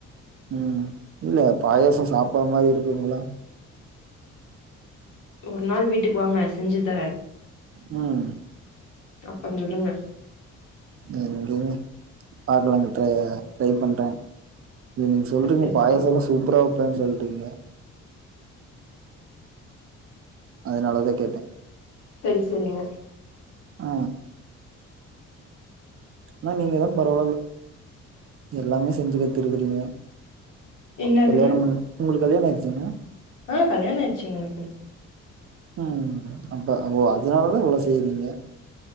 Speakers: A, on the right; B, on the left.
A: ம் இல்ல பாயாசொ சாப்புற மாரி இருக்குங்களா
B: ஒரு நாள் வீட்டுக்கு வாங்க செஞ்சு தரே
A: ம்
B: அப்போ சொல்லுங்க
A: எங்கேங்க பாக்கலாங் ட்ர ட்ரை பண்றே இ நீங் சொல்றீங்க
B: சரி,
A: பாயாசலா
B: சரி.
A: சூப்பரா வப்பேன்னு சொல்றீங்க அதனாலதா கேட்ட
B: செரி செரிங்க
A: ஆ ஆனா நீங்கதா பரவால எல்லாமே செஞ்சு கத்துருக்றீங்க
B: என்னதுங்க?
A: கல்யாணம் பண்ணுனா உங்களுக் கல்யாணொ ஆயிருச்சாங்க
B: ஆ கல்யாண ஆயிச்சுங்க எனக்கு
A: ம் அப்ப ஓ அதனாலதா இவ்ளோ செய்றீங்க